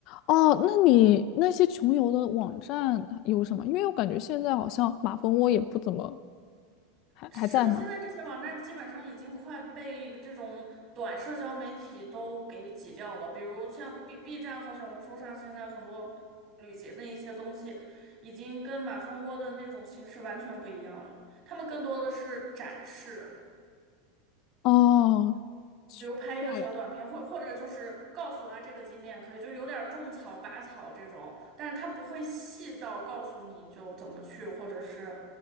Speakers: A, on the left (about 45°); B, on the right (about 35°).
A: 哦，那你那些穷游的网站有什么？因为我感觉现在好像马蜂窝也不怎么还还在吗？
B: 是的，现在这些网站基本上已经快被这种短社交媒体都给挤掉了，比如像 B B 站和小红书上，现在很多旅行的一些东西，已经跟马蜂窝的那种形式完全不一样了。他们更多的是展示，
A: 哦，去对，
B: 比如拍一个小短片，或或者就是告诉啊这个景点可以，就有点儿种草、拔草这种，但是它不会细到告诉你就怎么去，或者是